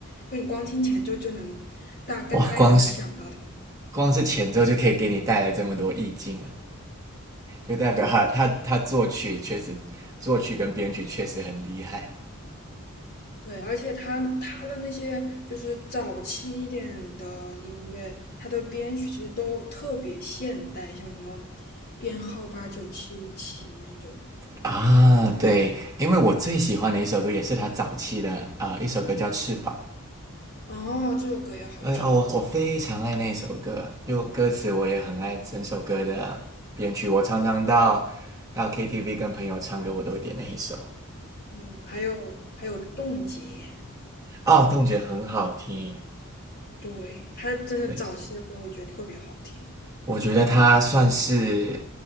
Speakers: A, on the left (about 45°); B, on the right (about 15°).
A: 就你光听前奏就能大概能想到它的场景。
B: 哇，光是光是前奏就可以给你带来这么多意境啊，就代表他他他作曲确实，
A: 对
B: 作曲跟编曲确实很厉害
A: 对，而且他他的那些就是早期一点的音乐，他的编曲其实都特别现代，像什么编号八九七五七那种。
B: 啊。对，因为我最喜欢的一首歌也是他早期的啊、呃一首歌叫《翅膀》。
A: 哦，这首歌也好听。
B: 哎哦，我我非常爱那首歌，就歌词我也很爱整首歌的编曲。我常常到到 KTV 跟朋友唱歌，我都会点那一首。
A: 嗯，还有还有冻结，
B: 啊，动觉很好听。
A: 对，他真的早期的歌我觉得特别好听。
B: 对，我觉得他算是